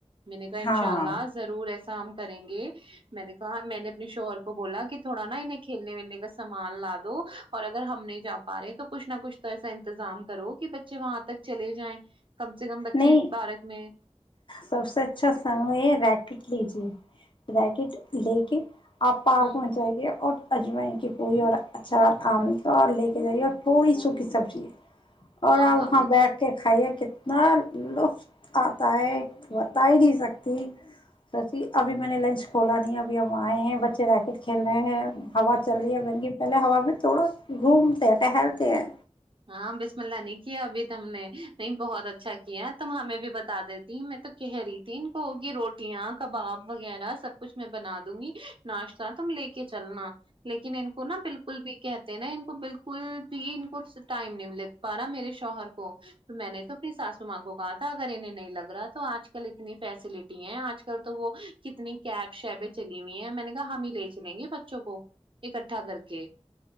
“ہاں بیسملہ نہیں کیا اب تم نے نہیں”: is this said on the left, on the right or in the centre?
Right